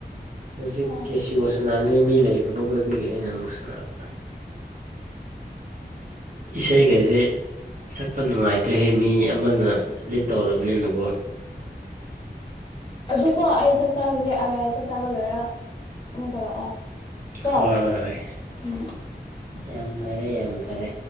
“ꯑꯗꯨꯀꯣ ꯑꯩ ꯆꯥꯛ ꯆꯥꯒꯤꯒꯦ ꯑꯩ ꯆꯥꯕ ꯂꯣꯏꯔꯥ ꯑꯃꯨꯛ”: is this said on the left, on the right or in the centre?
Left